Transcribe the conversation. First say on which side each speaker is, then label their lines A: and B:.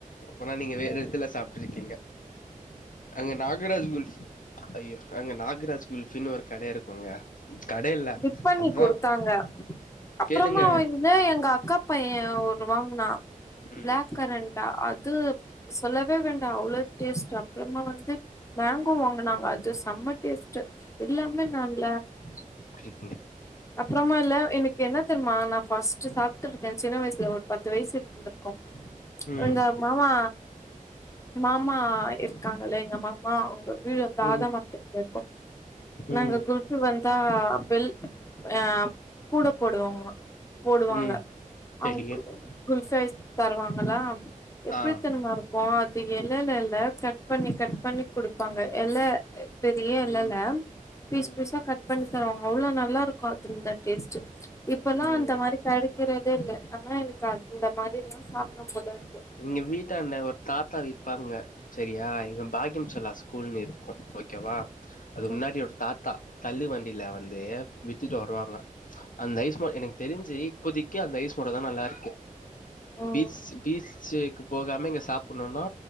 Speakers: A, on the left; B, on the left.
A: அப்பன்னா நீங்க வேற
B: ம்
A: எடத்துல சாப்ட்ருக்கீங்க அங்க நாகராஜ் குல்ஃப் ஐயோ அங்க நாகராஜ் குல்ஃபின்னு ஒரு கட இருக்குங்க கட இல்ல
B: டிப்பண்ணி
A: அதுதா
B: குடுத்தாங்க அப்பறமா
A: கேளுங்க
B: வந் தா எங்க அக்காப் பையே ஒன்னு வாங்குனா
A: ம்
B: பிளாக் கரன்டா அது சொல்லவே வேண்டா அவ்ளோ டேஸ்ட்டு அப்றமா வந்து மேங்கோ வாங்குனாங்க அது செம்ம டேஸ்ட்டு எல்லாமே நல்லா இருந்துச்சு
A: உள்ளே
B: அப்றமா இல்ல எனக்கு என்ன தெர்மா நா ஃபஸ்ட்டு சாப்ட்டுருக்கே சின்ன வயசுல ஒரு பத்து வயசு வந்துருக்கு
A: ம்
B: எங்க மாமா மாமா இருக்காங்கலே எங்க மாம் மா அவுங்க வீடு வந்து தாதா
A: ம்
B: மார்க்கெட்ல இருக்கு நாங்க
A: ம்
B: குல்ஃபி வந்தா பெல் ஏ கூட போடுவோங்க போடுவாங்க
A: ம் செரி
B: அவுங் கூ குல்ஃபி ஐஸ் தருவாங்களா எப்டித்தெரிமா
A: ஆ
B: இருக் கோ அது எலல்லல கட் பண்ணி கட் பண்ணி குடுப்பாங்க எல பெரிய எலல
A: ம்
B: பீஸ்
A: ம்
B: பீஸா கட் பண்ணி தருவாங்க அவ்ளோ நல்லாருக்கு அதுல்ல டேஸட்டு இப்பல்லா
A: ம்
B: அந்த மாரி கெடைக்கிறதேல்ல ஆனா எனக் கு அந்த மாரில்லா சாப்புனு போலருக்
A: இங்க வீட்டாண்ட ஒரு தாத்தா விப் பாங்க செரியா இங்க பாக்கியம் செல்லா ஸ்கூல்ன்னு இருக்கு ஓகேவா அது
B: ம்
A: முன்னாடி ஒரு தாத்தா தள்ளு வண்டில வந்து வித்துட்டு வருவாங்க அந்த ஐஸ் பா எனக் தெரிஞ்சு இப்போதைக்கு அந்த ஐஸ் மட்டுந்தா நல்லாருக்கு
B: ம்
A: பீச் பீச்வேக்கு போகாம இங்க சாப்புன்னுன்னா